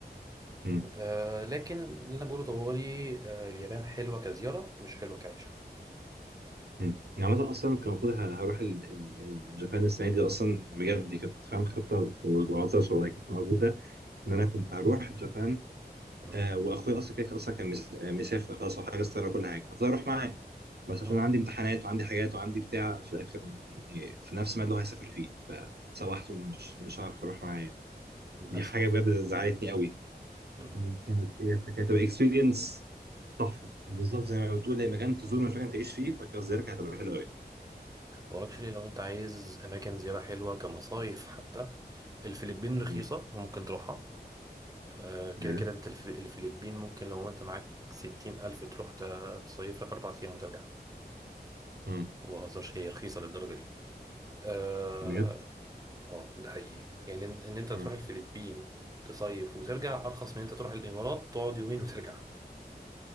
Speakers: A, on the right (about 70°); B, on the right (about 20°).
A: مم.
B: آه لكن اللي انا بقوله طوالي آه اليابان حلوه كزياره مش حلوه كعيشه
A: مم. يعني عامة أصلا كان المفروض ه- هروح ال- ال- اليابان السنة دي أصلا بجد دي كانت فاهم خطة وبعطش والله كانت موجودة إن
B: مم.
A: أنا كنت هروح اليابان
B: مم.
A: آه وأخويا أصلا كده كده أصلا كان مس- آه، مسافر خلاص وحاجز طيارة وكل حاجة المفروض أروح معاه
B: مم.
A: بس عشان
B: مم.
A: عندي امتحانات وعندي حاجات وعندي بتاع في الآخر يعني في نفس الميعاد اللي هو هيسافر فيه فاتسوحت
B: مم.
A: ومش مش هعرف أروح معاه يعني.
B: للأسف
A: دي حاجة بجد زعلتني قوي
B: مم.
A: عشان كانت هي كانت هتبقى اكسبيرينس تحفه بالظبط زي ما بتقول اي مكان تزوره مش مكان تعيش فيه فكزيارتك هتبقى حلوه قوي
B: هو اكشلي لو انت عايز اماكن زيارة حلوة كمصايف حتى الفلبين رخيصة
A: امم
B: وممكن تروحها آه، كده
A: إيه؟
B: كده انت الف- الفلبين ممكن لو انت معاك ستين ألف تروح ت- تصيف لك أربع أيام وترجع
A: امم
B: مبهزرش هي رخيصة للدرجة دي اه
A: بجد
B: آه، ده حقيقي يعني ان إن انت تروح
A: آه.
B: الفلبين تصيف وترجع أرخص من انت تروح الإمارات تقعد يومين وترجع